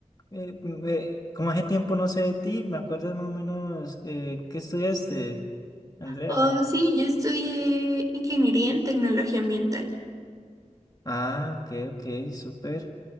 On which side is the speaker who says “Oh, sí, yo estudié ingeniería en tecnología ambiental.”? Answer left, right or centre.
Right